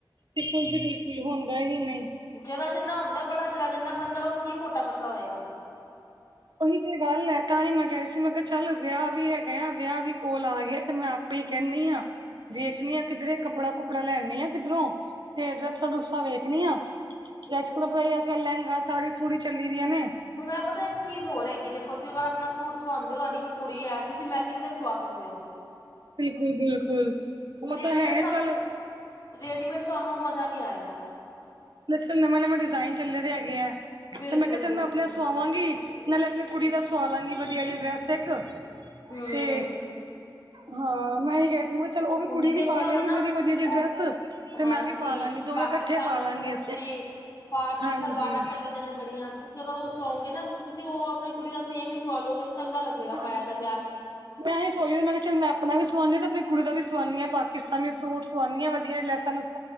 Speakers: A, on the right; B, on the left.
A: ਬਿਲਕੁਲ ਜੀ ਬਿਲਕੁਲ, ਹੁੰਦਾ ਹੀ ਨਈ।
B: ਜਰਾ ਜਿੰਨਾ ਹੁੰਦਾ ਬੜਾ ਜ਼ਰਾ ਜਿੰਨਾ ਬਣਦਾ ਉਹ 'ਚ ਕੀ ਮੋਟਾ- ਪਤਲਾ ਹੋਏਗਾ।
A: ਉਹੀ ਤੇ ਗੱਲ ਐ ਤਾਂ ਹੀ ਮੈਂ ਕਿਹਾ ਸੀ ਮੈਂ ਕਿਹਾ ਚੱਲ ਵਿਆਹ ਵੀ ਹੈਗਾ ਆ ਵਿਆਹ ਵੀ ਕੋਲ ਆ ਗਿਆ ਤੇ ਮੈਂ ਆਪ ਪੇ ਕਹਿੰਨੀ ਆ ਵੇਖਣੀ ਆ ਕਿੱਧਰੇ ਕੱਪੜਾ-ਕੁੱਪੜਾ ਲੈਣੀ ਆ ਕਿੱਧਰੋਂ ਤੇ ਢਰੈਸਾਂ-ਢੂਰੁਸਾ ਵੇਖਣੀ ਆ। ਕਿ ਅੱਜ-ਕੱਲ ਬਾਈ ਅੱਜ-ਕੱਲ ਲਹਿੰਗਾ, ਸਾੜੀ-ਸੂੜੀ ਚੱਲੀ ਦੀਆਂ ਨੇ।
B: ਹੁਣ ਐ ਪਤਾ ਇੱਕ ਚੀਜ਼ ਹੋਰ ਹੈਗੀ ਦੇਖੋ ਤੁਸੀਂ ਅਗਰ ਆਪਣਾ ਸੂਟ ਸੁਵਾਉਂਦੇ ਓ ਤੁਹਾਡੀ ਕੋ ਕੁੜੀ ਐ ਤੁਸੀਂ ਮੈਚਿੰਗ ਦੇ ਸੁਵਾ ਸਕਦੇ ਓ।
A: ਬਿਲਕੁਲ-ਬਿਲਕੁਲ ਉਹ
B: ਰੇਡੀਮੇਡ
A: ਤਾਂ ਹੈ
B: ਤੁਹਾਨੂੰ
A: ਅਜ-ਕੱਲ
B: ਰੇਡੀਮੇਡ ਤੁਹਾਨੂੰ, ਉਹ ਮਜ਼ਾ ਨਹੀਂ ਆਏਗਾ।
A: ਅੱਜ-ਕੱਲ ਨਵੇਂ-ਨਵੇਂ ਡਿਜ਼ਾਇਨ ਚੱਲੇ ਦੇ ਹੈਗੇਆ,
B: ਬਿਲਕੁਲ
A: ਤੇ ਮੈਂ ਕਿਹਾ, ਚੱਲ
B: ਬਿਲਕੁਲ
A: ਮੈਂ ਆਪਣੇ-ਆਪ
B: ਹੂੰ
A: ਸਵਾਵਾਂਗੀ। ਨਾਲੇ ਆਪਣੀ ਕੁੜੀ ਦਾ ਸੁਆਾਲਾਂਗੀ, ਵਧੀਆ ਜੀ ਡਰੈਸ ਇੱਕ
B: ਹੁਣ
A: ਤੇ ਹਾਂ ਮੈ ਇਹੀ ਕਹਿ ਮੈ ਕਿਹਾ, ਚਲੋ ਉਹ ਵੀ ਕੁੜੀ
B: ਤੁਸੀਂ ਦੇਖਿਆ
A: ਵੀ ਪਾ ਲਏਗੀ
B: ਹੋਣਾ ਨਾ
A: ਮੇਰੀ, ਵਧੀਆ ਜਿਹੀ
B: ਉਹ
A: ਡਰੈੱਸ, ਤੇ
B: ਹਾਂਜੀ
A: ਮੈਂ ਵੀ ਪਾ ਲਾਂਗੀ ਦੋਵੇਂ
B: ਪਾਕਿਸਤਾਨੀ
A: ਇਕੱਠੇ ਪਾ
B: ਸੂਟ
A: ਲਾਂਗੇ।
B: ਤੇ ਫਾਰਸੀ
A: ਹਾਂਜੀ।
B: ਸਲਵਾਰਾਂ ਚੱਲੀਆਂ ਨੇ ਬੜੀਆਂ ਤੇ ਤੁਸੀਂ ਉਹ ਸੌਂਗੇ ਨਾ ਤੁਸੀਂ ਉਹ ਆਪਣੀ ਕੁੜੀ ਦਾ ਸੇਮ ਹੀ ਸਵਾ ਲੋ ਤੇ ਚੰਗਾ ਲੱਗੇਗਾ।
A: ਹਾਂਜੀ।
B: ਪਾਇਆ ਦਾ ਵਿਆਹ ਚ
A: ਮੈਂ ਇਹੀ ਸੋਚਦੀ ਮੈਂ ਕਿਹਾ ਚ ਮੈਂ ਆਪਣਾ ਵੀ ਸਵਾਉਂ ਹਾਂ, ਤੇ ਆਪਣੀ ਕੁੜੀ ਦਾ ਵੀ ਸਵਾਉਨੀ ਹਾਂ, ਪਾਕਿਸਤਾਨੀ ਸੂਟ ਸਵਾਉਦੀ ਹਾਂ ਵਧੀਆ ਲੈਸਾ-ਲੂਸਾ ਨੂੰ